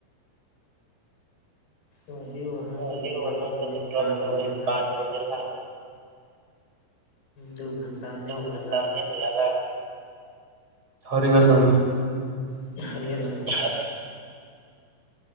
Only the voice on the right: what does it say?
وہی
وہاں
سے
نکلتے
وہی
<unintelligible>
گھنٹنے میں لگا ہر ہر گان
<inaudible>